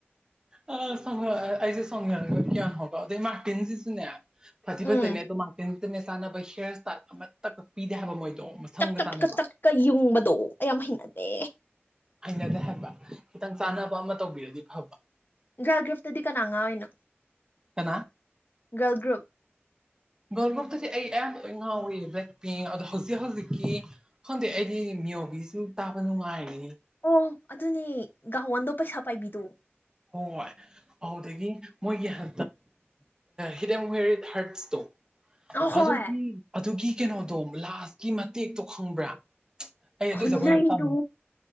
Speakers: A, on the right (about 15°); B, on the left (about 50°).
A: ꯑ ꯁ ꯑꯩꯁꯦ ꯁ꯭ꯔꯅꯤꯡꯒ ꯀꯌꯥꯅ ꯍꯕꯗ ꯃꯔꯇꯤꯟꯁꯤꯁꯨꯅꯦ ꯐꯖꯤ
B: ꯎꯝ
A: ꯐꯖꯩꯅꯦ ꯑꯗꯣ ꯃꯥꯡꯇꯤꯟ ꯇꯤꯟꯅ ꯆꯥꯅꯕ ꯍꯤꯌꯔ ꯏꯁꯇꯥꯏꯜ ꯑꯃꯠꯇ ꯀꯛꯄꯤꯗꯦ ꯍꯥꯏꯕ ꯃꯣꯏꯗꯣ ꯃꯁꯝꯒ
B: ꯇꯛ ꯇꯞꯀ
A: ꯆꯥꯅꯕ
B: ꯇꯛꯀ ꯌꯨꯡꯕꯗꯣ ꯌꯥꯝꯌꯥꯝ ꯍꯩꯅꯗꯦ
A: ꯍꯩꯅꯗꯍꯟꯕ ꯈꯤꯇꯪ ꯆꯥꯟꯅꯕ ꯑꯃ ꯇꯧꯕꯤꯔꯗꯤ ꯐꯕ
B: ꯒ꯭ꯔꯥ ꯒ꯭ꯔꯞꯇꯗꯤ ꯀꯅꯥ ꯉꯥꯏꯅꯣ
A: ꯀ
B: ꯒꯜ꯭ꯔꯨꯨꯞ
A: ꯒꯜꯕꯛꯇꯗꯤ ꯑꯩ ꯑꯌꯥꯝꯕ ꯑꯣꯏꯅ ꯉꯥꯎꯏꯤ ꯕ꯭ꯂꯦꯛ ꯄꯤꯡ ꯑꯗꯣ ꯍꯧꯖꯤꯛ ꯍꯧꯖꯤꯛꯀꯤ ꯈꯪꯗꯦ ꯑꯩꯗꯤ ꯃꯤꯑꯣꯏꯕꯤꯁꯨ ꯇꯥꯕ ꯅꯨꯡꯉꯥꯏꯔꯅꯤ
B: ꯑꯣ ꯑꯗꯨꯅꯦ ꯒꯋꯥꯟꯗꯣ ꯄꯩꯁꯥ ꯄꯥꯏꯕꯤꯗꯣ
A: ꯍꯣꯏ ꯑꯗꯨꯗꯒꯤ ꯃꯣꯏꯒꯤ ꯍ ꯍꯤꯠ ꯑꯦꯟ ꯋꯦꯔꯤꯠ ꯍꯔꯠꯁꯇꯣ
B: ꯑꯍꯣꯏ
A: ꯑꯗꯨꯒꯤ ꯑꯗꯨꯒꯤ ꯀꯩꯅꯣꯗꯣ ꯂꯥꯁꯀꯤ ꯃꯇꯦꯛꯇꯣ ꯈꯪꯕ꯭ꯔꯥ ꯑꯗꯤ
B: ꯈꯨꯟꯅꯩꯗꯣ
A: ꯁꯒꯣꯏ ꯆꯇꯥ